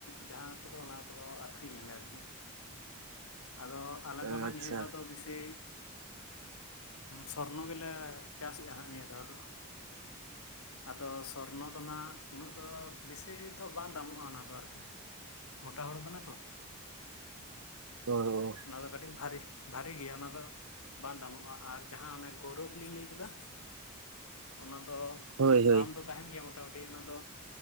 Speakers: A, on the left (about 75°); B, on the right (about 75°).
A: ᱡᱟᱦᱟᱸ ᱠᱚᱫᱚ ᱚᱱᱟ ᱠᱚᱫᱚ ᱟᱹᱠᱷᱨᱤᱧ ᱟᱞᱮ ᱟᱨᱠᱤ ᱟᱫᱚ ᱟᱞᱮ
B: ᱚ
A: ᱫᱚ ᱦᱟᱸᱜ
B: ᱟᱪᱪᱷᱟ
A: ᱱᱤᱭᱟᱹ ᱫᱷᱟᱣ ᱫᱚ ᱵᱮᱥᱤ ᱥᱚᱨᱱᱚ ᱜᱮᱞᱮ ᱪᱟᱥᱮᱜᱼᱟ ᱦᱟᱜ ᱱᱤᱭᱟᱹ ᱫᱟᱣ ᱫᱚ ᱾ ᱟᱫᱚ ᱥᱚᱨᱱᱚ ᱫᱚ ᱱᱟᱜ ᱩᱱᱟᱹᱜ ᱫᱚ ᱵᱮᱥᱤ ᱫᱚ ᱵᱟᱝ ᱫᱟᱢᱚᱜᱼᱟ ᱚᱱᱟ ᱫᱚ ᱟᱨᱠᱤ ᱢᱳᱴᱟ ᱦᱳᱲᱳ ᱠᱟᱱᱟ ᱛᱚ?
B: ᱚ᱾
A: ᱚᱱᱟ ᱫᱚ ᱠᱟᱹᱴᱤᱡ ᱵᱷᱟᱨᱤ, ᱵᱷᱟᱨᱤ ᱜᱮᱭᱟ ᱚᱱᱟ ᱫᱚ ᱵᱟᱝ ᱫᱟᱢᱚᱜᱼᱟ ᱟᱨ᱾ ᱡᱟᱦᱟᱸ ᱚᱱᱮ ᱜᱳᱹᱨᱚᱵᱽ ᱞᱤᱧ ᱞᱟᱹᱭ ᱠᱮᱫᱟ ᱚᱱᱟ ᱫᱚ
B: ᱦᱳᱭ ᱦᱳᱭ
A: ᱫᱟᱢ ᱫᱚ ᱛᱟᱦᱮᱱ ᱜᱮᱭᱟ ᱢᱚᱴᱟᱢᱩᱴᱤ ᱚᱱᱟ ᱫᱚ